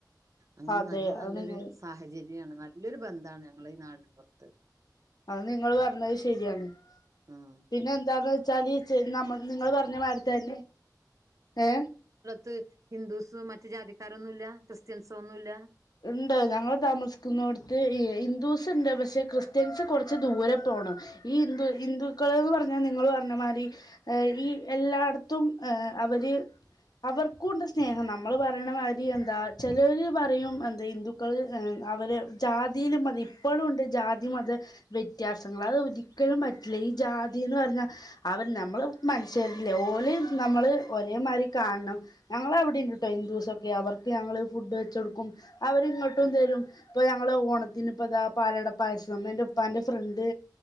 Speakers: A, on the right; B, on the left.
A: അങ്ങനെ
B: അതെ
A: നല്ല നല്ലൊരു
B: അത് നിങ്ങൾ
A: സാഹചര്യം ചര്യം നല്ലൊരു ബന്ധാണ് ഞങ്ങളെ ഈ നാട്ടും പൊർത്ത്
B: അത് നിങ്ങള് പറഞ്ഞത് ശരിയാണ്
A: ആഹ്
B: പിന്നെ എന്താന്ന് വെച്ചാല് നമ്മൾ നിങ്ങള് പറഞ്ഞ മാതിരിതന്നെ ഏ
A: ത് ഹിന്ദൂസ് മറ്റ മറ്റ് ജാതിക്കാരൊന്നും ഇല്ല്യ ക്രിസ്ത്യൻസോ ഒന്നും ഇല്ല്യ
B: ഇണ്ട് ഞങ്ങൾ താമസിക്കുന്നോട്ത്ത് ഈ ഹിന്ദൂസ്ണ്ട് പക്ഷേ ക്രിസ്ത്യൻസ് കുറച്ച് ദൂരെ പോണം ഈ ഹിന്ദു ഹിന്ദുക്കൾന്ന് പറഞ്ഞാൽ നിങ്ങള് പറഞ്ഞ മാതിരി ഈ എല്ലായിടത്തും ഏ അവര് അവർക്കും ഉണ്ട് സ്നേഹം നമ്മള് പറയ്ണ മാതിരി എന്താ ചെലര് പറയും എന്താ ഹിന്ദുക്കള് എ അവര് ജാതിയിലും മതം ഇപ്പോളും ഉണ്ട് ജാതി മത വ്യത്യാസങ്ങള് അത് ഒരിക്കലും പറ്റില്ല ഈ ജാതിന്ന് പറഞ്ഞാ അവർ നമ്മള് മനുഷ്യരല്ലേ ഓല് നമ്മള് ഒരേമാതിരി കാണണം ഞങ്ങളളവിടീം ഉണ്ട്ട്ടോ ഹിന്ദുസൊക്കെ അവർക്ക് ഞങ്ങള് ഫുഡ് വെച്ചൊടുക്കും അവരിങ്ങട്ടും തരും ഇപ്പൊ ഞങ്ങള് ഓണത്തിന് ഇപ്പതാ പാലട പായസം എൻ്റെ ഉപ്പാന്റെ ഫ്രണ്ട്